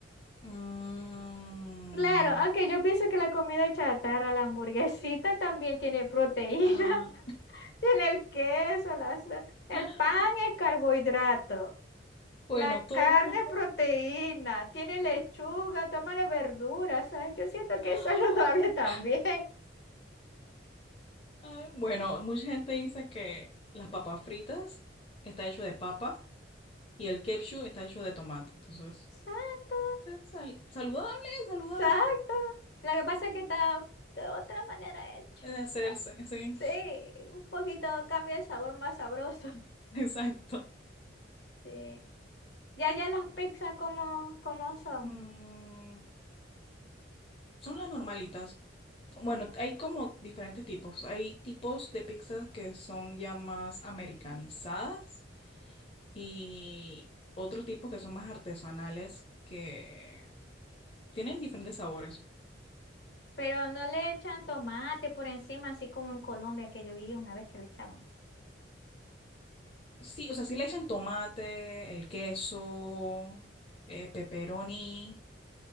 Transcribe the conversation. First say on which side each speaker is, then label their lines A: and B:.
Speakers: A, on the left; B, on the left.
A: Mm,
B: Claro, aunque yo pienso que la comida chatarra, la hamburguesita también tiene proteína,
A: ah,
B: <laughs> tiene el queso, la sa- el
A: <gasps>
B: pan es carbohidrato,
A: bueno,
B: la
A: todo
B: carne
A: el mundo.
B: es proteína, tiene lechuga, tomate, verduras, ¿sabes? Yo siento que
A: <gasps>
B: es <laughs> saludable también.
A: Ay, Bueno, mucha gente dice que las papas fritas está hecho de papa y el ketchup está hecho de tomate. Entonces,
B: Exacto,
A: es sal- saludable, saludable
B: exacto. Lo que pasa es que está de otra manera hecho.
A: de hacerse,
B: ¿no?
A: sí,
B: Sí, un poquito cambia el sabor más sabroso. <laughs>
A: <laughs> exacto.
B: Sí. Ya, ya las pizzas como, como son,
A: Mm, son las normalitas. Bueno, hay como diferentes tipos. Hay tipos de pizzas que son ya más americanizadas y otro tipo que son más artesanales que tienen diferentes sabores.
B: pero no le echan tomate por encima, así como en Colombia, que yo vi una vez que le echaban.
A: Sí, o sea, sí le echan tomate, el queso, eh, pepperoni,